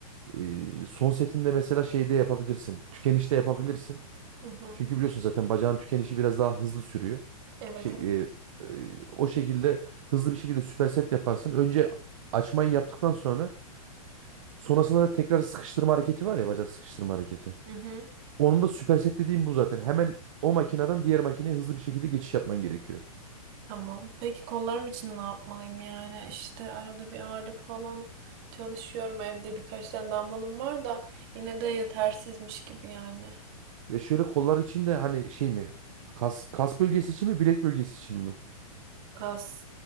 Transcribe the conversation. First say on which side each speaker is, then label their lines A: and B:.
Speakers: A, on the right; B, on the right.
A: E, son setinde mesela şeyde yapabilirsin. Tükenişte yapabilirsin.
B: Hı hı.
A: Çünkü biliyorsun zaten bacağın tükenişi biraz daha hızlı sürüyor.
B: Evet
A: Şey,
B: evet.
A: e, e, o şekilde hızlı bir şekilde süper set yaparsın. Önce açmayı yaptıktan sonra sonrasında da tekrar sıkıştırma hareketi var ya bacak sıkıştırma hareketi.
B: Hı hı.
A: Onun da süper set dediğim bu zaten. Hemen o makineden diğer makineye hızlı bir şekilde geçiş yapman gerekiyor.
B: Tamam. Peki kollarım için ne yapmalıyım yani? İşte arada bir ağırlık falan çalışıyorum. Evde birkaç tane dumbbellım var da yine de yetersizmiş gibi yani.
A: Ya şöyle kollar için de hani şey mi? Kas, kas bölgesi için mi? Bilek bölgesi için mi?
B: Kas.